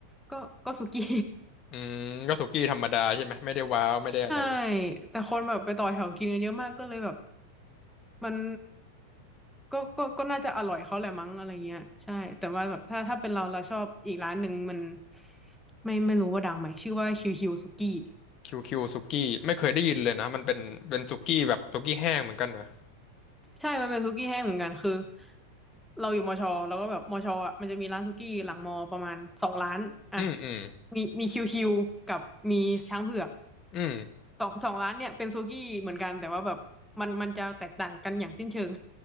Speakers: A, in the centre; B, on the left (about 35°).
A: ก็ก็ซูกี้
B: อืมก็สุกี้ธรรมดาใช่ไหมไม่ได้ว้าวไม่ได้อะไร
A: <laughs> ใช่แต่คนแบบไปต่อแถวกินกันเยอะมากก็เลยแบบมันก็ก็ก็น่าจะอร่อยเขาแหละมั้งอะไรเงี้ยใช่แต่ว่าแบบถ้าถ้าเป็นเราเราชอบอีกร้านหนึ่งมันไม่ไม่รู้ว่าดังไหมชื่อว่าคิวคิวซูกี้
B: คิวคิวสุกี้ไม่เคยได้ยินเลยนะมันเป็นเป็นสุกี้แบบสุกี้แห้งเหมือนกันนะ
A: ใช่ มันเป็นสุกี้แห้งเหมือนกัน คือเราอยู่มอชอแล้วก็แบบมอชออ่ะมันจะมีร้านสุกี้หลังมอประมาณสองร้านอ่ะ
B: ออืมอืม
A: มีมีคิวคิวกับมีช้างเผือก
B: อืม
A: สองสองร้านเนี่ยเป็นสุกี้เหมือนกันแต่ว่าแบบมันมันจะแตกต่างกันอย่างสิ้นเชิง